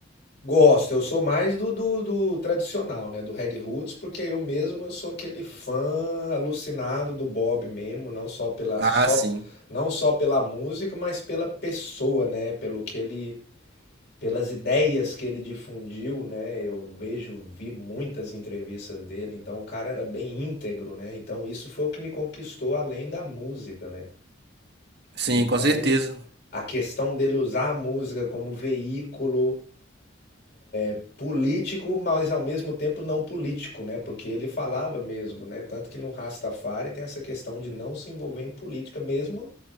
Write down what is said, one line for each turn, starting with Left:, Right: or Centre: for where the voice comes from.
Left: Gosto, eu sou mais do, do, do tradicional, né? Do reggae roots, porque eu mesmo eu sou aquele fã alucinado do Bob mesmo, não só pela
Right: Ah,
Left: só,
Right: sim.
Left: não só pela música, mas pela pessoa, né? Pelo que ele, pelas ideias que ele difundiu, né? Eu vejo, vi muitas entrevistas dele, então o cara era bem íntegro, né? Então isso foi o que me conquistou além da música, né?
Right: Sim,
Left: Então
Right: com certeza.
Left: a questão dele usar a música como veículo político, mas ao mesmo tempo não político, né? Porque ele falava mesmo, né? Tanto que no Rastafari tem essa questão de não se envolver em política, mesmo